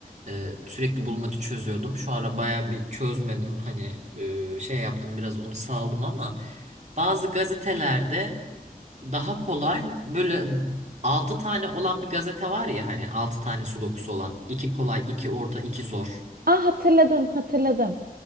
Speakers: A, on the right; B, on the right.
A: e, sürekli bulmaca çözüyordum. Şu ara baya bir çözmedim. Hani e, şey yaptım biraz onu saldım ama bazı gazetelerde daha kolay böyle 6 tane olan bir gazete var ya hani 6 tane sudokusu olan 2 kolay 2 orta 2 zor.
B: Ah hatırladım, hatırladım.